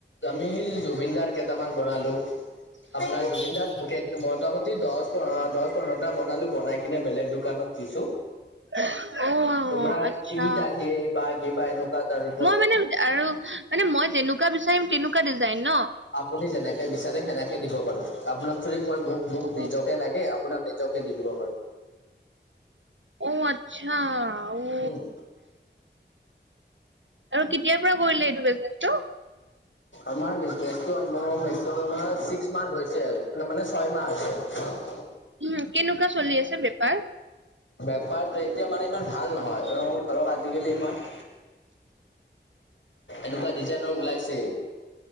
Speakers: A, on the left; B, on the right.
A: আমি জুবিনদাৰ কেইটামান বনালো আপোনাৰ জুবিনদাৰ মোটামুটি দহ আ পোন্ধৰটা বনালো বনাই কিনে বেলেগ দোকানত দিছো
B: <unintelligible> অ
A: তোমাৰ
B: আচ্ছা
A: ঈদ আহে বা কিবা এনেকুৱা তাৰ ওপৰত
B: মই মানে আৰু মানে মই যেনেকুৱা বিচাৰিম তেনেকুৱা ডিজাইন ন
A: আপুনি যেনেকে বিচাৰে সেনেকে দিব পাৰো আপোনালোকে যদি কয় মোক মোক
B: অ
A: নিজকে লাগে আপোনাক নিজকে দি দিব পাৰো
B: অ আচ্ছা উ
A: উম
B: আৰু কেতিয়াৰ পৰা কৰিলে এইটো বিজনেছটো
A: আমাৰ বিজনেচ টো ম মেক্সিমাম আমাৰ ছিক্স মান্থ হৈছে আৰু ন মানে ছয় মাহ হৈছে
B: উম কেনেকুৱা চলি আছে বেপাৰ
A: বেপাৰ এতিয়া মানে ইমান ভাল নহয় অ ধৰক আজিকালি ইমান এনেকুৱা ডিজাইনৰ ওলাইছে